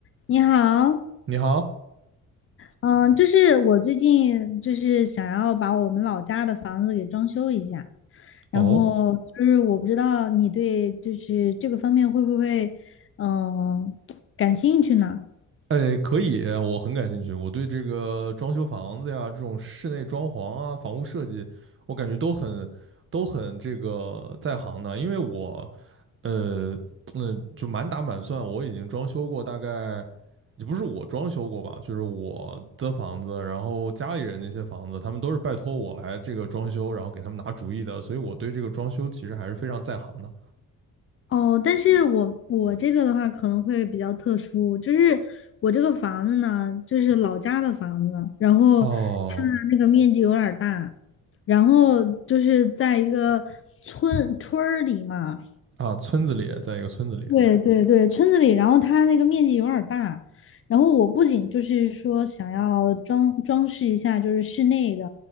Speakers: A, on the left; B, on the right.
A: 你好，
B: 你好，
A: 嗯，就是我最近就是想要把我们老家的房子给装修一下，然后就是我不知道你对就是这个方面会不会嗯感兴趣呢？
B: 哦，哎，可以，我很感兴趣。我对这个装修房子呀，这种室内装潢啊，房屋设计，我感觉都很都很这个在行的。因为我，呃，嗯，就满打满算，我已经装修过大概，也不是我装修过吧，就是我的房子，然后家里人那些房子，他们都是拜托我来这个装修，然后给他们拿主意的，所以我对这个装修其实还是非常在行的。
A: 哦，但是我我这个的话可能会比较特殊，就是我这个房子呢，就是老家的房子，然后它那个面积有点儿大，
B: 哦，
A: 然后就是在一个村村儿里嘛。
B: 啊，村子里，在一个村子里。
A: 对对对，村子里，然后它那个面积有点儿大，然后我不仅就是说想要装装饰一下，就是室内的，